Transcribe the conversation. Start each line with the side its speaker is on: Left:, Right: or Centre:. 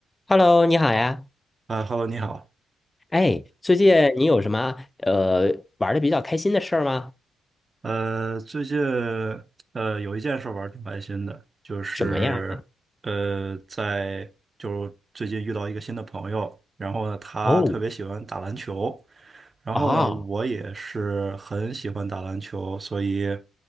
Left: Hello，你好呀。
Right: 啊，Hello，你好。
Left: 哎，最近你有什么呃玩的比较开心的事儿吗？
Right: 呃，最近呃有一件事儿玩儿挺开心的，就是呃在就是最近遇到一个新的朋友，
Left: 什么呀？
Right: 然后呢他特别喜欢打篮球，
Left: 哦，
Right: 然后呢我也是很喜欢打篮球，
Left: 啊，
Right: 所以